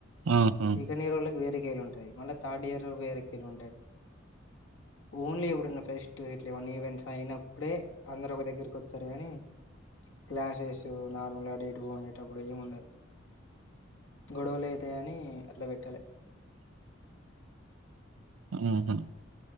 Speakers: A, on the right; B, on the left.
A: ఆహా
B: సెకండ్ ఇయరోల్ల ఉంటంది మళ్ళీ థర్డ్ ఇయర్ వేరేకెల్లా ఉంటది ఓన్లీ ఎప్పుడున్న ఫెస్ట్ ఇ వన్ ఈవెంట్స్ అయినప్పుడే అందరు ఒక దగ్గరకి వస్తారు కాని క్లాసెస్ నార్మల్ అటు ఇటు ప్పుడు ఏము ఉండదు గొడవలు అయితాయ అని అట్లా పెట్టాలె
A: హ్మ్ హు